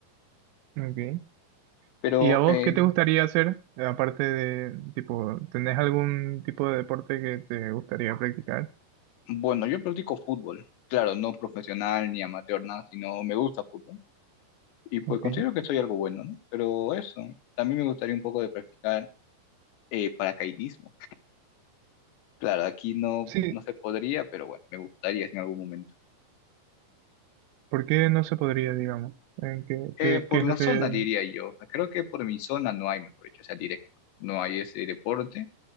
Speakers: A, on the right; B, on the left.
A: ok.
B: Pero
A: ¿Y a vos
B: eh,
A: qué te gustaría hacer? Aparte de, tipo, ¿tenés algún tipo de deporte que te gustaría practicar?
B: bueno, yo practico fútbol, claro, no profesional ni amateur, nada, sino me gusta fútbol. Y pues
A: Ok.
B: considero que soy algo bueno, ¿no? Pero eso, también me gustaría un poco de practicar eh, paracaidismo. Claro, aquí no,
A: Sí,
B: no se podría, pero bueno, me gustaría en algún momento.
A: ¿por qué no se podría, digamos? ¿En qué,
B: Eh,
A: qué,
B: por
A: qué es
B: la
A: lo
B: zona
A: que...
B: diría yo, creo que por mi zona no hay, mejor dicho, o sea, directo, no hay ese deporte